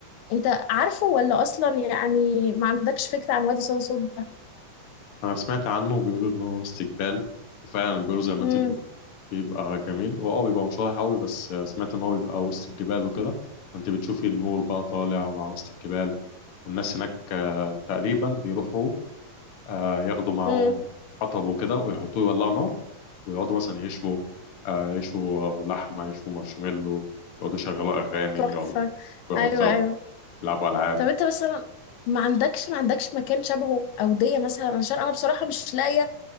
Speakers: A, on the left; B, on the left.
A: انت عارفه ولا اصلا يعني ما عندكش فكره عن وادي صدى صوت ده
B: انا سمعت عنه وبيقولوا ان هو استقبال وفعلا بيقولوا زي ما
A: امم
B: انت بتقول بيبقى جميل هو اه بيبقى مش واضح قوي بس سمعت ان هو بيبقى وسط الجبال وكده انت بتشوفي النور بقى طالع مع وسط الجبال والناس هناك آه، تقريبا بيروحوا آه، ياخدوا معاهم
A: امم
B: حطب وكده ويحطوه يولعوا نار ويقعدوا مثلا يشوا آه، يشوا لحمة يشوا مارشميلو يقعدوا يشغلوا أغاني
A: تحفه
B: يقعدوا يهزروا
A: ايوه ايوه
B: يلعبوا ألعاب
A: طب انت مثلا ما عندكش ما عندكش مكان شبهه اوديه مثلا عشان انا بصراحه مش لاقيه